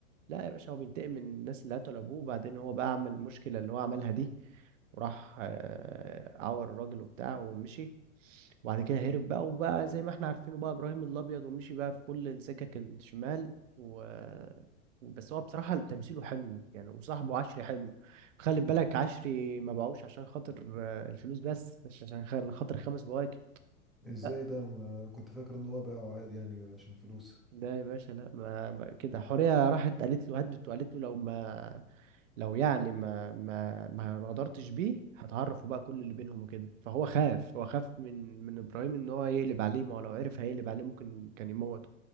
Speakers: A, on the right (about 65°); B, in the centre.
A: لا يا باشا هو بينتقم من الناس اللي قتلوا ابوه وبعدين هو بقى عمل المشكله اللي هو عملها دي وراح آه، عور الراجل وبتاع ومشي وبعد كده هرب بقى وبقى زي ما احنا عارفينه بقى ابراهيم الابيض ومشي بقى في كل السكك الشمال و بس هو بصراحة تمثيله حلو يعني وصاحبه عشري حلو خلي بالك عشري ما باعوش عشان خاطر آه، الفلوس بس مش عشان خاطر خاطر خمس بواكب
B: ازاي
A: لا
B: ده ما كنت فاكر ان هو باعه عادي يعني عشان فلوس
A: ده يا باشا لا ما بقى كده حورية راحت قالت له هدت وقالت له لو ما لو يعني ما ما ما غدرتش بيه هتعرفوا بقى كل اللي بينهم وكده فهو خاف هو خاف من من ابراهيم ان هو يقلب عليه ما هو لو عرف هيقلب عليه ممكن كان يموته